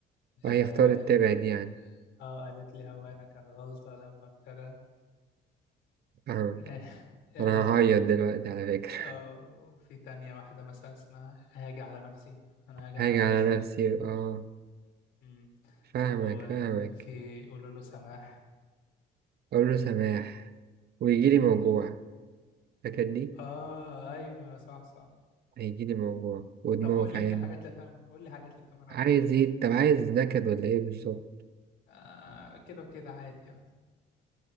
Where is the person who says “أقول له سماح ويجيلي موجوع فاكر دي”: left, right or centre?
Right